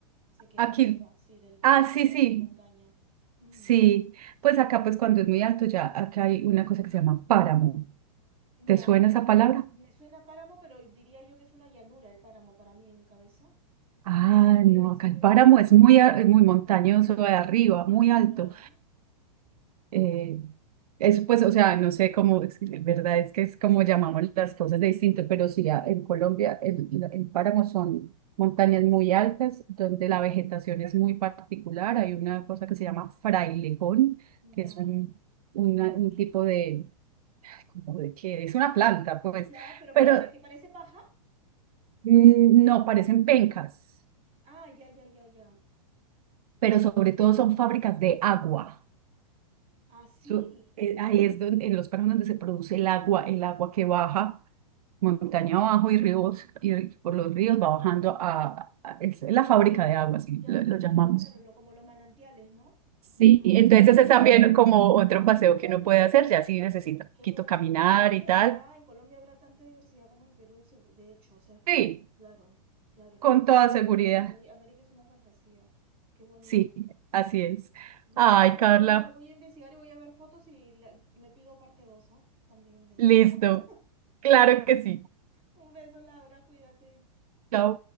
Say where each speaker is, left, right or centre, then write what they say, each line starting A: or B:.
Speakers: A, on the right (about 30°); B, on the right (about 80°).
A: sequedad
B: Aquí,
A: será, sí, del, del
B: ah,
A: clima
B: sí, sí,
A: de montaña. Mm,
B: sí. Pues acá, pues cuando es muy alto, ya acá hay una cosa que se llama páramo.
A: ya,
B: ¿Te suena
A: y
B: esa palabra?
A: me suena páramo, pero diría yo que es una llanura el páramo para mí en mi cabeza.
B: Ah,
A: ¿Qué
B: no,
A: es?
B: acá
A: ¿Qué
B: el
A: es
B: páramo
A: para ti?
B: es muy, a- muy montañoso de arriba, muy alto.
A: Ya,
B: Eh, eso pues, o sea, no sé cómo, es que la verdad es que es como llamamos las cosas de distinto, pero sí, a- en Colombia el, la- el páramo son montañas muy altas donde la vegetación es muy particular. Hay una cosa que se llama frailejón, que
A: ya,
B: es un, una- un tipo de, ay, ¿cómo de qué? Es una planta, pues,
A: ya, pero
B: pero
A: ¿qué? ¿Para que parece paja?
B: mm, no parecen pencas,
A: Ah, ya, ya, ya, ya.
B: pero sobre todo
A: Ya.
B: son fábricas de agua.
A: Ah, sí.
B: Eso, eh, ahí es donde, en los páramos donde se produce el agua, el agua que baja. montaña abajo y ríos, y por los ríos va bajando a, a- es la fábrica de agua, así
A: Ya,
B: lo,
A: ya,
B: lo
A: claro,
B: llamamos.
A: claro, lo, como los manantiales, ¿no? Del
B: Y
A: agua
B: entonces
A: de la propia
B: es también
A: montaña.
B: como otro paseo que uno puede hacer, ya si necesita un
A: Qué
B: poquito
A: bonito.
B: caminar
A: Bueno, es que
B: y tal.
A: habrá, en Colombia habrá tanta diversidad como en Perú, segu- de hecho, o sea, es como,
B: Sí,
A: claro, claro, es
B: con
A: que es una
B: toda
A: fantasía.
B: seguridad.
A: Ameri- América es una fantasía. Qué bonito.
B: Sí, así es.
A: Lo
B: Ay,
A: del páramo
B: Carla,
A: lo voy a, voy a investigar y voy a ver fotos y la- me pido parte 2, También de esto.
B: listo.
A: <laughs>
B: Claro que sí.
A: Un beso, Laura, cuídate.
B: Chao.